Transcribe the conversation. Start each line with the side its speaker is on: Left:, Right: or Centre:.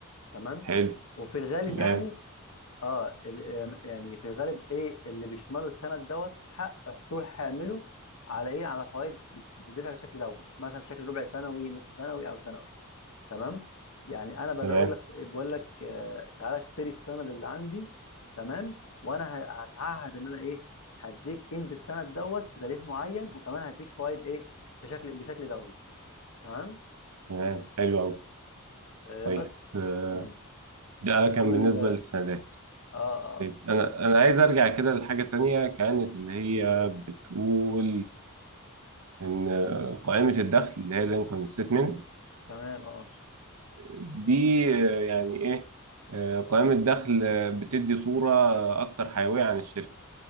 Left: تمام؟
Right: حلو
Left: وفي الغالب
Right: تمام
Left: يعني اه ال- آه، يعني في الغالب ايه اللي بيشمله السند دوت حق حصول حامله على ايه؟ على فوائد بت- بتدفع بشكل دوري مثلا بشكل ربع سنوي نصف سنوي او سنوي تمام يعني انا باجي
Right: تمام
Left: اقول لك بقول لك آه، تعالى اشتري السند اللي عندي تمام وانا ه- هتعهد ان انا ايه هديك قيمه السند دوت في تاريخ معين وكمان هديك فايد ايه في شكل بشكل دوري تمام
Right: تمام حلو قوي
Left: آه
Right: طيب
Left: بس
Right: آه،
Left: مم.
Right: ده كان
Left: وال
Right: بالنسبة للسندات
Left: اه اه
Right: طيب انا انا عايز ارجع كده لحاجة تانية كانت اللي هي بتقول ان قائمة الدخل اللي هي الانكم ستمنت
Left: تمام اه
Right: دي آه، يعني ايه آه، قائمة دخل آه، بتدي صورة اكتر حيوية عن الشركة